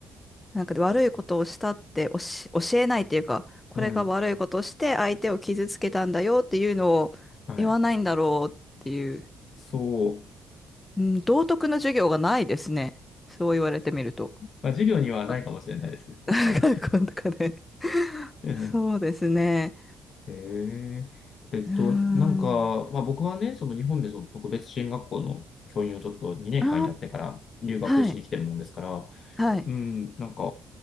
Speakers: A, on the left; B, on the left.
A: なんか悪いことをしたっておし教えないっていうか、これが悪いことをして相手を傷つけたんだよっていうのを言わないんだろうっていう、
B: うん。はい。そう。
A: うん、道徳の授業がないですね。そう言われてみると。
B: まあ、授業にはないかもしれないですね。
A: あ
B: 確かに。
A: <laughs> 学校とかで
B: うん
A: そうですね。
B: へえ。えっと、
A: うーん。
B: なんか、まあ、僕はね、その日本でその特別支援学校の教員をちょっと2年間やってから留学しに来てるもんですから、
A: ああ、はい。はい。はい。
B: うん、なんか、